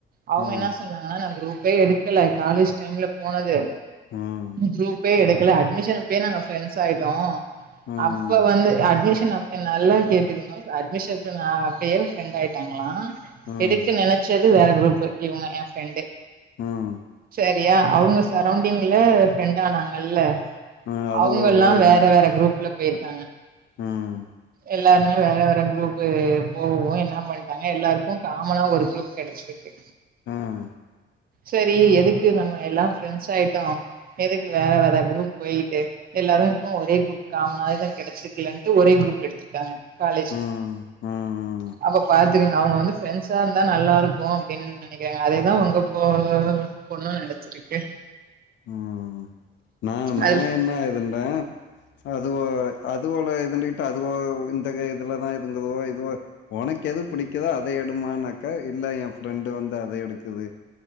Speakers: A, on the right (about 50°); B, on the left (about 65°).
A: அவங்க
B: ம்
A: என்ன சொன்னாங்கன்னா நா குரூப்பே எடுக்கல காலேஜ் டைம்ல போனது
B: ம்
A: குரூப்பே எடுக்கல அட்மிஷன் அப்பயே நாங்க ஃப்ரெண்ட்ஸ் ஆயிட்டோ
B: ம்
A: அப்ப வந்து அட்மிஷன் அப்ப நல்லா கேட்டுக்கோங்க அட்மிஷன் அப்ப நா அப்பயே ஃப்ரெண்ட் ஆயிட்டாங்களா
B: ம்
A: எடுக்கு நெனச்சது வேற குரூப் இவங்க ஏ ஃப்ரெண்டு
B: ம்
A: சரியா அவுங்க சரௌண்டிங்ல ஃப்ரெண்ட் ஆனாங்கல்ல
B: ம் அது
A: அவங்கல்லா
B: எனக்கு
A: வேற வேற குரூப்ல போயிருக்காங்க
B: ம்
A: எல்லாருமே வேற வேற குரூப்பு போகவு என்ன என்ன பண்டாங்க எல்லாருக்கு காமனா ஒரு குரூப் கெடச்சிருக்கு
B: ம்
A: சரி எதுக்கு நம்ம எல்லா ஃப்ரெண்ட்ஸ் ஆயிட்டோ எதுக்கு வேற வேற குரூப் போயிட்டு எல்லாருக்கு ஒரே குரூப் காமனாவேதா கெடச்சிருக்குலன்ட்டு ஒரே குரூப் எடுத்துருக்காங்க காலேஜ்ல
B: ம் ம்
A: அப்ப பாத்துக்கங்க அவங்க வந்து ஃப்ரெண்ட்ஸா இருந்தா நல்லா இருக்கு அப்டின் நெனைக்கிறாங்க அதேதா ஒங்க போ பொண்ணு நெனச்சிருக்கு
B: ம் நா நா
A: அது
B: என்ன இதுண்டா அதுவோ அதுவோல இதுன்டுகிட்டு அதுவோ இந்த இதுலதா இதுங்குதோ இதுவோ ஒனக்கு எது பிடிக்குதோ அத எடுமானாக்க இல்ல ஏ ஃப்ரெண்டு வந்து அத எடுக்குது